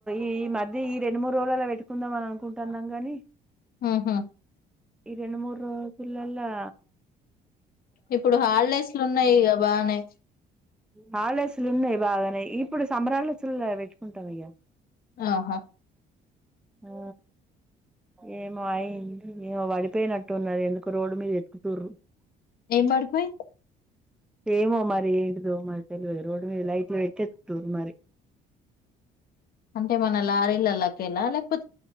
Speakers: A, in the centre; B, on the left.
A: ఈ మధ్య ఈ రెండు మూడు రోజులలా పెట్టుకుందాం అని అనుకుంటన్నాం గాని
B: ఆహా
A: ఇ రెండు మూడు రోజులల్లా
B: ఇప్పుడు హాలిడేస్లు ఉన్నాయిగ బానే
A: హాలిడేస్ లు ఉన్నాయి బాగానే ఇప్పుడు సమ్మర్ హాలిడేసుల పెట్టుకుంటాం ఇగ
B: ఆహా
A: ఆ ఏమో అయి ఏమో వడిపోయినట్టు ఉన్నది ఎందుకో రోడ్డు మీద ఎతుకుతుర్రు.
B: ఏం వడుపోయ్
A: ఏమో మరి ఏంటిదో మరి తెలివదు రోడ్డు మీద లైట్లు పెట్టె ఎతుకుతుర్రు మరి.
B: అంటే మన లారీలల్ల కెల్లా లేకపో